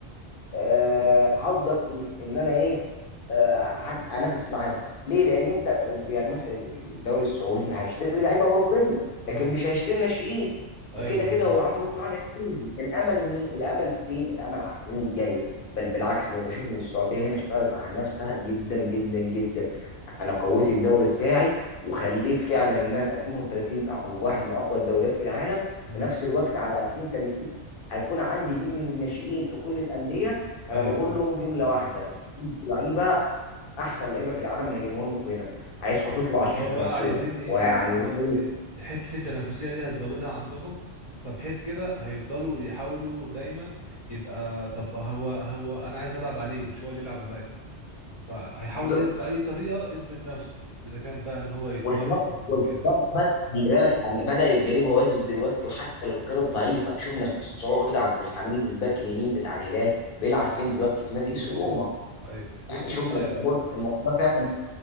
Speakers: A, on the left; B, on the right.
A: آه هقدر ان ان انا ايه آه هج- انافس معاهم ليه لان انت آه، يعني مثلا الدوري السعودي هيشتري لعيبه اوروبيه
B: امم
A: لكن مش هيشتري ناشئين
B: ايوه
A: وكده
B: بالظبط
A: كده هو عنده قطاع ناشئ الامل مي... الامل فين الامل على السنين الجايه بل بالعكس انا بشوف ان السعوديه هنا اشتغلت على نفسها جدا جدا جدا انا قويت الدوري بتاعي وخليت فعلا ان انا في 2030 ابقى واحد من اقوى الدوريات في العالم
B: امم
A: في نفس الوقت على 2030 هيكون عندي جيل من الناشئين في كل الانديه انا
B: ايوه
A: بقول
B: ايوه
A: لهم جمله واحده انتوا كنتوا لعيبه احسن لعيبه في العالم انا جايبهم لكم هنا عايزكم تطلعوا عشان
B: فهو
A: تنافسوهم
B: بقى عايزين ايه
A: ويعني وزي
B: إيه- اه
A: ما بقول
B: إيه
A: لك
B: حتة التنافسية دي هتزودها عندهم فبحيث كده هيفضلوا يحاولوا دايما يبقى طب هو هو انا عايز العب عليه مش هو اللي يلعب عليا فهيحاول
A: بالظبط
B: يث- بأي طريقة يثبت نفسه اذا كان بقى ان هو يتمرن
A: والحوار
B: وكده
A: والحوار ده بدأ خلي بالك يعني بدأ يتجري بوادر دلوقتي وحتى لو كانت ضعيفة شفنا سعود عبد الحميد الباك اليمين بتاع الهلال بيلعب
B: مم.
A: فين دلوقتي في نادي
B: في
A: ايسي
B: روما
A: روما
B: ايوه ولسه
A: يعني شفنا
B: صغير
A: الموضوع ده- الموضوع ده فعلا